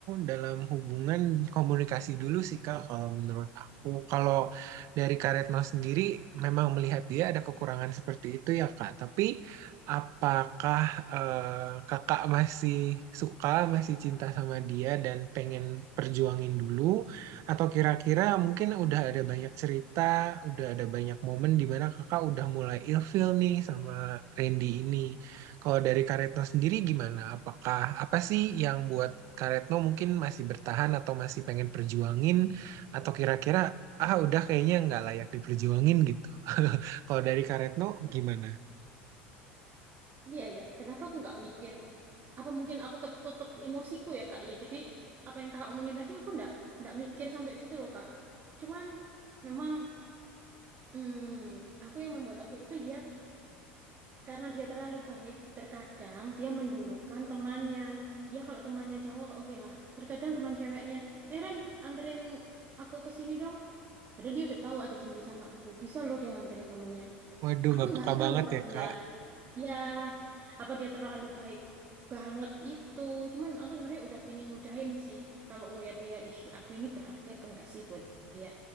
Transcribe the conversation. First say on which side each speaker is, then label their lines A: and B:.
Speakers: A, on the right; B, on the right.
A: dalam hubungan komunikasi dulu sih Kak, kalau menurut aku. Kalau dari Kak Retno sendiri memang melihat dia ada kekurangan seperti itu ya Kak. Tapi apakah eh, Kakak masih suka, masih cinta sama dia dan pengen perjuangin dulu? Atau kira-kira mungkin udah ada banyak cerita, udah ada banyak momen di mana Kakak udah mulai ilfeel nih sama Randy ini? Kalau dari Karetno sendiri gimana? Apakah apa sih yang buat Karetno mungkin masih bertahan atau masih pengen perjuangin atau kira-kira ah udah kayaknya nggak layak diperjuangin gitu. <laughs> Kalau dari Karetno gimana?
B: Iya ya, kenapa aku nggak mikir apa mungkin aku ketutup emosiku ya Kak ya. Jadi apa yang Kak omongin tadi aku nggak nggak mikir sampai situ loh Kak. Cuman memang hmm, aku yang membuat aku ilfil dia karena dia terlalu baik. Terkadang dia mendulukan temannya. Ya kalau temannya cowok oke lah. Terkadang teman ceweknya, eh Ren anterin aku ke sini dong. Padahal dia udah tahu ada janji sama aku. Bisa loh dia nganterin temannya.
A: Waduh
B: Aku
A: nggak
B: nggak
A: peka
B: tahu
A: banget
B: apa
A: ya
B: dia
A: Kak.
B: Ya, apa dia terlalu baik banget itu. Cuman aku sebenarnya udah pingin ngudahin sih. Kalau ngelihat dia, ih aku ini berarti apa enggak sih buat dia.